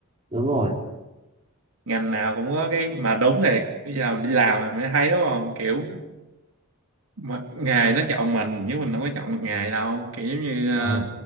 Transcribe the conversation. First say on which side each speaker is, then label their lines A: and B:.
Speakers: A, on the right; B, on the right.
A: đúng rồi
B: ngành nào cũng có cái mà đúng thiệt bây giờ đi làm mình mới thấy đúng không kiểu mà, nghề nó chọn mình nhưng mình đâu có chọn được nghề đâu kiểu giống như
A: ờ
B: ờ,